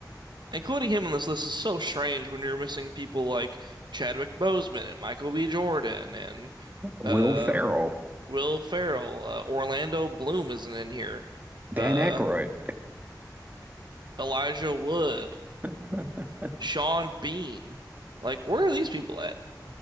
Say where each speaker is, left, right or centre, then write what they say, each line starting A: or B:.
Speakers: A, on the right (about 85°); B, on the right (about 25°).
A: Including him on this list is so strange when you're missing people like Chadwick Boseman and Michael B. Jordan and
B: Will
A: uh
B: Ferrell,
A: Will Ferrell, uh, Orlando Bloom isn't in here.
B: Dan
A: Uh,
B: Aykroyd.
A: Elijah Wood,
B: <laughs>
A: Sean Bean. Like, where are these people at?